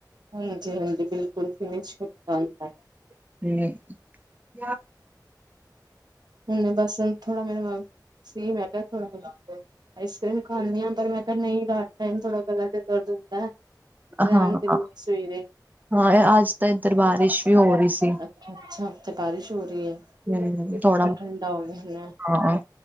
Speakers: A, on the right; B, on the right.
A: ਹਾਂਜੀ ਹਾਂਜੀ ਬਿਲਕੁਲ ਫਿਨਸ਼ ਹੁੰਦਾ।
B: ਹਮ
A: ਹੁਣ ਬਸ ਥੋੜਾ ਮੇਰਾ ਸੇਮ ਹੈਗਾ ਥੋੜਾ ਮੇ ਆਈਸ- ਕਰ੍ਰੀਮ ਖਾਂਨੀ ਹਾਂ ਪਰ ਮੈਂ ਕਿਹਾ ਨਹੀਂ ਰਾਤ ਟਾਈਮ ਥੋੜ੍ਹਾ ਗਲਾ ਤੇ ਦਰਦ ਹੁੰਦਾ। ਰਹਿਣ
B: ਹਾਂ
A: ਦਿੰਦੀ ਸਵੇਰੇ
B: ਹਾਂ ਅੱਜ ਤੇ ਇੱਧਰ ਬਾਰਿਸ਼ ਵੀ ਹੋ ਰਹੀ ਸੀ
A: ਅੱਛਾਤੇ ਬਾਰਿਸ਼ ਹੋ ਰਹੀ ਏ
B: ਹ ਥੋੜਾ
A: ਹਦਾ ਉਹਵੇ <unintelligible>
B: ਹਾਂ